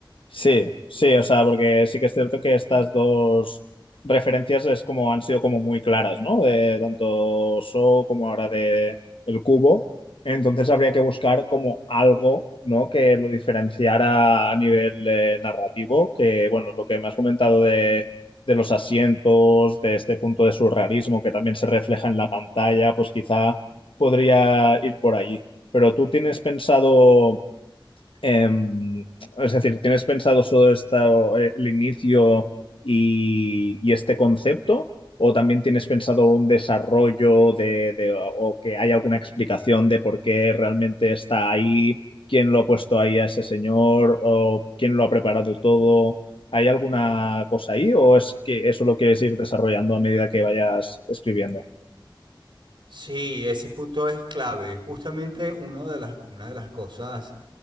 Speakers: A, on the left; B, on the right.
A: Sí, sí, o sea, porque sí que es cierto que estas dos referencias es como han sido como muy claras, ¿no? De tanto So como ahora de El Cubo. Entonces habría que buscar como algo, ¿no? Que lo diferenciara a nivel eh, narrativo, que bueno, lo que me has comentado de, de los asientos, de este punto de surrealismo que también se refleja en la pantalla, pues quizá podría ir por allí. Pero tú tienes pensado eh, es decir, ¿tienes pensado solo esto, eh, el inicio y, y, este concepto? ¿O también tienes pensado un desarrollo de, de- o que hay alguna explicación de por qué realmente está ahí? ¿Quién lo ha puesto ahí a ese señor? ¿O quién lo ha preparado todo? ¿Hay alguna cosa ahí? ¿O es que eso lo quieres ir desarrollando a medida que vayas escribiendo?
B: Sí, ese punto es clave. Justamente uno de las, una de las cosas,